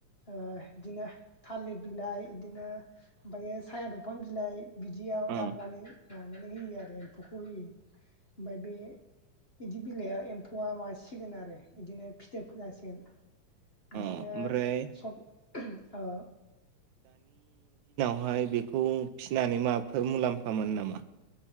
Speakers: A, on the left; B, on the right.
A: ओ इदिनो थालिर बिलाइ इदिनो ओमफायो साया दंफां बिलाइ बिदियाव
B: अ
A: दाननानै मानानै होयो आरो एम्फौखौ होयो ओमफाय बे इदि बिलाइयाव एम्फौआ मासिगोन आरो इदिनो फिथोबखो जासिगोन।
B: ओमफ्राय
A: दिनो सब ओ।
B: <unintelligible> हाय बेखौ फिसिनानै माबाफोर मुलाम्फा मोन नामा।